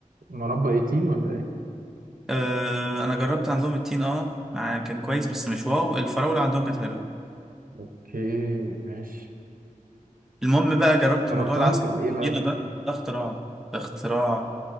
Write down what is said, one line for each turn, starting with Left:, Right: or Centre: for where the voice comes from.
Right: مربى 18 ولا ايه
Centre: أه أنا جربت عندهم التين أه مع- كان كويس بس مش واو الفراولة عندهم كانت حلوة
Right: اوكي ماشي
Centre: المهم بقى جربت
Right: جربتها
Centre: موضوع العسل
Right: كان ايه بقى
Centre: التخينة
Right: ده؟
Centre: ده ده اختراع ده اختراع